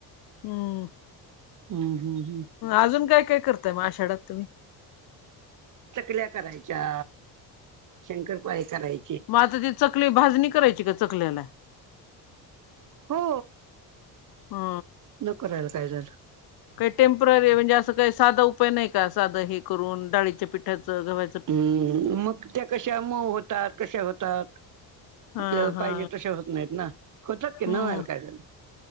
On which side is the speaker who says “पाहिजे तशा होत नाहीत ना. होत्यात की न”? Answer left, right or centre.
Right